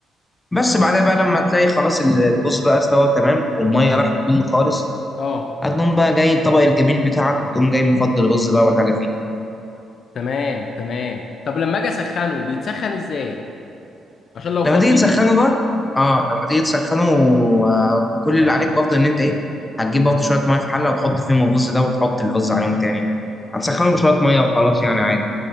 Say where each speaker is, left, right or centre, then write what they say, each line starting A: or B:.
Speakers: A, on the left; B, on the left.
A: بس بعدها بقى لما تلاقي خلاص ال- الرز بقى استوى تمام والميه راحت منه خالص
B: اه
A: هتقوم بقى جاي الطبق الجميل بتاعك تقوم جاي مفضل الرز بقى والحاجه فيه
B: تمام تمام طب لما اجي اسخنه بيتسخن ازاي عشان لو فاض
A: لما تيجي
B: مني
A: تسخنه بقى اه لما تيجي تسخنه آه، كل اللي عليك برضه ان انت ايه هتجيب برضه شويه ميه في حله وتحط فيهم الرز ده وتحط الرز عليهم تاني هتسخنه بشويه ميه وخلاص يعني عادي